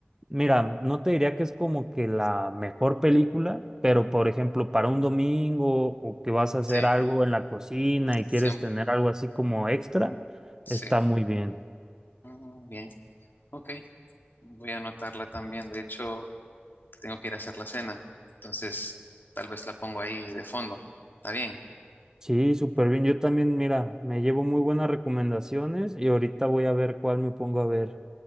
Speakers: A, on the right; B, on the left.
A: mira, no te diría que es como que la mejor película, pero por ejemplo, para un domingo o que vas a hacer
B: sí,
A: algo en la cocina y
B: siem-
A: quieres tener algo así como extra,
B: sí.
A: está muy bien.
B: Mm, bien, ok. Voy a anotarla también. De hecho, tengo que ir a hacer la cena. Entonces, tal vez la pongo ahí de fondo. ¿Está bien?
A: Sí, súper bien. Yo también, mira, me llevo muy buenas recomendaciones y ahorita voy a ver cuál me pongo a ver